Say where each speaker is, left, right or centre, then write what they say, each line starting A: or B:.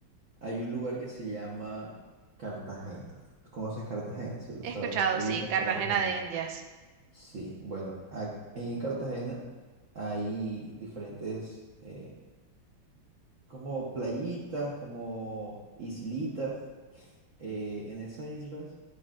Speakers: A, on the right; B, on the right.
A: hay un lugar que se llama Cartagena. ¿Tú conoces Cartagena, cierto?
B: he
A: ¿Sabes?
B: escuchado,
A: Ubicas
B: sí, Cartagena
A: Cartagena.
B: de Indias.
A: Sí, bueno, a- en Cartagena hay diferentes eh, como playitas, como islitas. Eh, en esas islas